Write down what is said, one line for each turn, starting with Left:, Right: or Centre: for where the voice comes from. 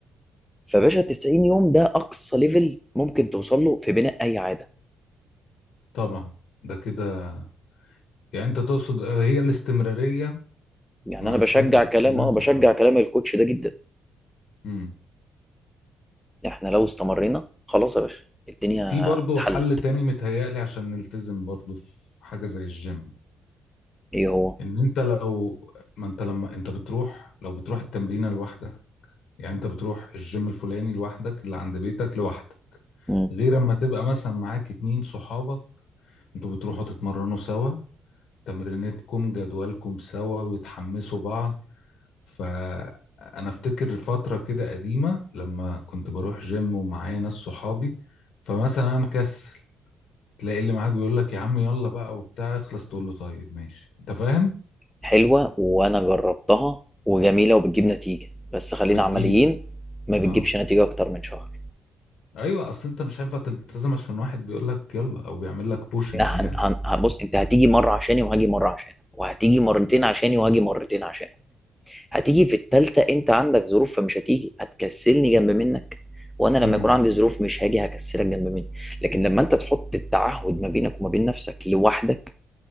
Centre: فباشا 90 يوم ده اقصى ليفل ممكن توصل له في بناء اي عاده
Left: طبعا ده كده يعني انت تقصد هي الاستمرارية
Centre: يعني
Left: مع
Centre: انا بشجع
Left: شوية الالتزام
Centre: كلام اه
Left: في
Centre: بشجع
Left: الاول
Centre: كلام الكوتش ده جدا
Left: امم
Centre: احنا لو استمرينا خلاص يا باشا الدنيا
Left: في برضو
Centre: اتحلت
Left: حل تاني متهيألي عشان نلتزم برضو في حاجة زي الجيم
Centre: ايه هو
Left: ان انت لو ما انت لما انت بتروح لو بتروح التمرينة لوحدك يعني انت بتروح الجيم الفلاني لوحدك اللي عند بيتك لوحدك
Centre: مم.
Left: غير اما تبقى مثلا معاك اتنين صحابك انتوا بتروحوا تتمرنوا سوا تمرينتكم جدولكم سوا بتحمسوا بعض فأنا أفتكر فترة كده قديمة لما كنت بروح جيم ومعايا ناس صحابي فمثلا أنا مكسل تلاقي اللي معاك بيقول لك يا عم يلا بقى وبتاع اخلص تقول له طيب ماشي أنت فاهم؟
Centre: حلوة وانا جربتها وجميلة وبتجيب نتيجة بس خلينا
Left: بتجيب
Centre: عمليين ما بتجيبش
Left: اه
Centre: نتيجة اكتر من شهر
Left: أيوه أصل أنت مش هينفع تلتزم عشان واحد بيقول لك يلا أو بيعمل لك بوشنج
Centre: لا
Left: يعني
Centre: هن... هن... هن- بص انت هتيجي مرة عشاني وهاجي مرة عشانك وهتيجي مرتين عشاني وهاجي مرتين عشانك هتيجي في التالتة انت عندك ظروف فمش هتيجي هتكسلني جنب منك وانا لما
Left: امم
Centre: يكون عندي ظروف مش هاجي هكسلك جنب مني لكن لما انت تحط التعهد ما بينك وما بين نفسك لوحدك